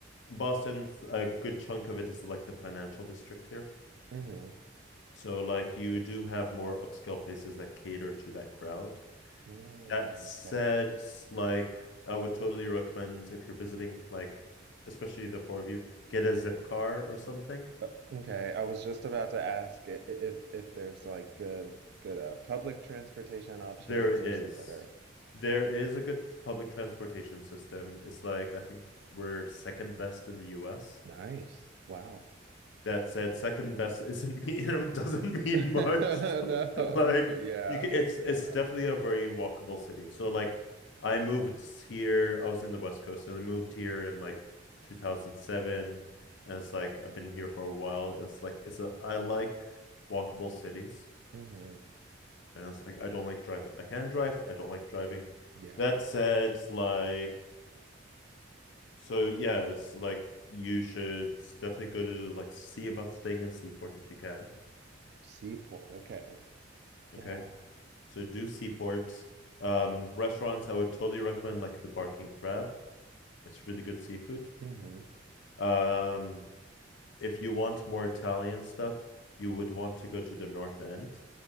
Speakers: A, on the left; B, on the right.
A: Boston, a good chunk of it is like the financial district here.
B: Mm-hmm.
A: So like you do have more upscale places that cater to that crowd.
B: Mm,
A: That said,
B: Okay.
A: like I would totally recommend if you're visiting, like especially the four of you, get a Zipcar or something.
B: Uh, Okay, I was just about to ask i- i- if if there's like good good uh, public transportation options
A: There is.
B: or is it better?
A: There is a good public transportation system. It's like I think we're second best in the US.
B: Nice. Wow.
A: that said, second best <laughs> isn't mean doesn't mean
B: <laughs>
A: much.
B: No.
A: <laughs>
B: Okay,
A: like
B: yeah,
A: you can, it's
B: fair
A: it's
B: enough.
A: definitely a very walkable city. So like I moved here, I was in the West Coast and I moved here in like 2007 and it's like I've been here for a while. And it's like it's a I like walkable cities.
B: hmm
A: And it's like I don't like driving. I can drive, I don't like driving.
B: Yeah.
A: That said, like so yeah, it's like you should definitely go to like see about staying in Seaport if you can.
B: Seaport. Okay. Yeah.
A: Okay. So do seaports. Um, restaurants, I would totally recommend like the Barking Crab. It's really good seafood.
B: hmm
A: Um, if you want more Italian stuff, you would want to go to the North End.